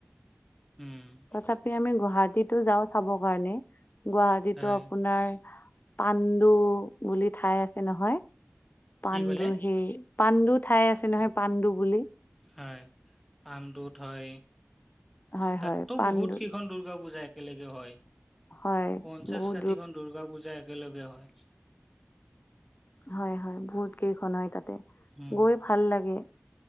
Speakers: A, in the centre; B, on the left (about 45°).
A: উম।
B: তাতে আমি গুৱাহাটীতো যাওঁ চাব কাৰণে। গুৱাহাটীতো
A: হয়
B: আপোনাৰ- পাণ্ডু বুলি ঠাই আছে নহয়, পাণ্ডুৰ
A: কি ক'লে?
B: সেই- পাণ্ডু ঠাই আছে নহয়, পাণ্ডু বুলি।
A: হয়, পাণ্ডু দুত হয়।
B: হয়
A: তাতটো
B: হয় পাণ্ডু
A: বহুত কেইখন দুৰ্গা পূজা একেলগে হয়।
B: হয়
A: পঞ্চাশ
B: বহুত
A: ষাঠিখন দুৰ্গা পূজা একেলগে হয়।
B: হয় হয় বহুত কেইখন হয় তাতে।
A: উম
B: গৈ ভাল লাগে।